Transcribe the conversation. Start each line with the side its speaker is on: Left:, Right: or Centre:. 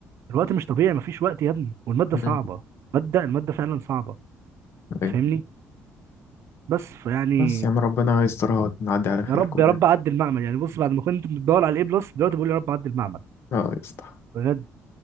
Right: الوقت مش طبيعي ما فيش وقت يا ابني والماده
Left: مم.
Right: صعبه ماده الماده فعلا صعبه
Left: طيب.
Right: انت فاهمني بس فيعني
Left: بس يا عم ربنا يسترها ونعدي على خير
Right: يا رب
Left: كلنا
Right: يا رب عدي المعمل يعني بص بعد ما كنت بتدور على الاي بلس دلوقتي بقول يا رب عدي المعمل
Left: اه يا اسطى
Right: بجد